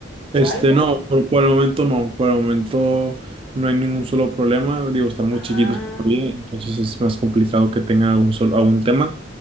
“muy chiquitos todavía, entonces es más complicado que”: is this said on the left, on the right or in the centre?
Right